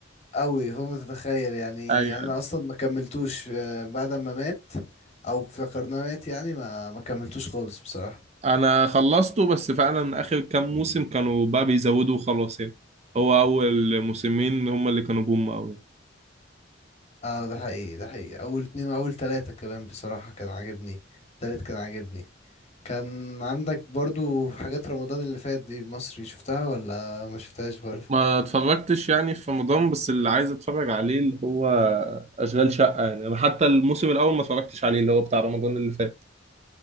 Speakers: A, on the left (about 35°); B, on the right (about 35°).
A: قوي فوق ما تتخيل يعني
B: أيوة
A: انا اصلا ما كملتوش آه، بعد ما مات او افتكرناه مات يعني ما ما كملتوش خالص بصراحة
B: انا خلصته بس فعلا اخر كام موسم كانوا بقى بيزودوا وخلاص يعني هو اول موسمين هم اللي كانوا بوم قوي
A: اه ده حقيقي ده حقيقي اول اتنين واول تلاتة كمان بصراحة كان عاجبني التالت كان عاجبني كان عندك برضو حاجات رمضان اللي فات دي مصري شفتها ولا ما شفتهاش برضو
B: ما اتفرجتش يعني في رمضان بس اللي عايز اتفرج عليه اللي هو اشغال شقة يعني انا حتى الموسم الاول ما اتفرجتش عليه اللي هو بتاع رمضان اللي فات